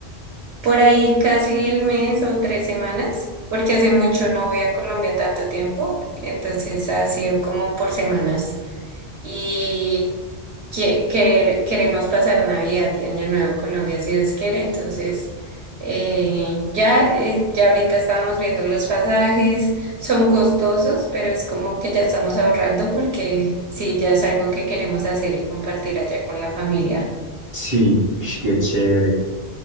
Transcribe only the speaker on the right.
por ahí casi el mes o tres semanas, porque hace mucho no voy a Colombia tanto tiempo, entonces ha sido como por semanas y que, que- queremos pasar Navidad y Año Nuevo en Colombia si Dios quiere, entonces eh, ya, eh, ya ahorita estábamos viendo los pasajes, son costosos, pero es como que ya estamos ahorrando porque sí, ya es algo que queremos hacer y compartir allá con la familia.